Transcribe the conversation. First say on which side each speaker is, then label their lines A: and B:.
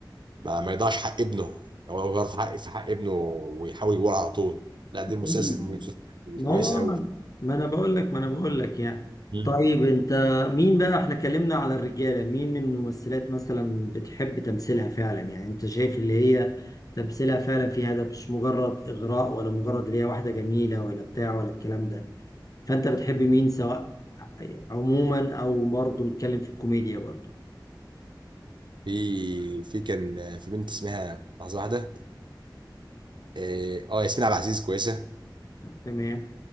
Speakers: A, on the right; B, on the left.
A: ما, ما يضيعش حق ابنه هو هو غلط في حق في حق ابنه ويحاول يجيبه على طول لا دي المسلسل
B: مين؟
A: من المسلسلات الكويسه
B: ما هو
A: قوي
B: ما, ما انا بقول لك ما انا بقول لك يعني
A: مم.
B: طيب انت مين بقى احنا اتكلمنا على الرجاله مين الممثلات مثلا بتحب تمثيلها فعلا يعني انت شايف اللي هي تمثيلها فعلا في هدف مش مجرد اغراء ولا مجرد اللي هي واحده جميله ولا بتاع ولا الكلام ده فانت بتحب مين سواء عموما او برضه نتكلم في الكوميديا برضه
A: في في كان في بنت اسمها لحظه واحده إيه، اه ياسمين عبد العزيز كويسه
B: تمام